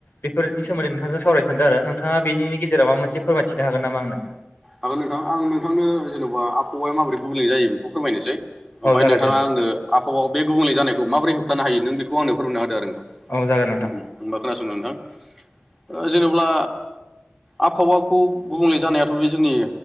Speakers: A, on the left; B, in the centre.
A: बेफोरनि सोमोन्दै नोंथांजों सावरायनो सानदों आरो नोंथाङा बेनि गेजेराव माबा मोनसे फोरमायथिनो हागोन नामा आंनो?
B: हागोन नोंथां आं नोंथांनो जेन'बा आबहावाया माबोरै गुबुंले जायो बेखौ ओमफ्राय
A: औ जागोन
B: नोंथाङा
A: दे
B: आंनो आबहावा बे गुबुंल जानायखौ माबोरै होबथानो हायो नों बेखौ आंनो फोरमनो हादों आरो नोंथां
A: औ जागोन
B: होनबा खोनासंनो नोंथां जेनेबा आबहावाखौ गुबुंले जानायाथ' बे जोंनि